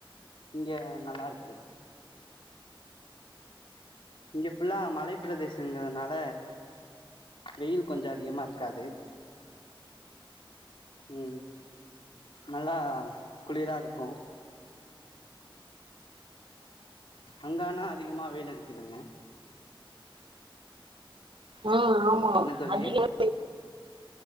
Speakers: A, on the left (about 70°); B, on the right (about 65°).
A: இங்க நல்லா இருக்கு இங்க ஃபுல்லா மலைப்பிரதேசங்கறதுனால வெயில் கொஞ்சோ அதிகமா இருக்காது ம் நல்லா குளிரா இருக்கு அங்க ஆனா அதிகமா வெயில் அடிக்குதுங்க
B: ம் ஆமா
A: என்ன தோழியே
B: அதிகமா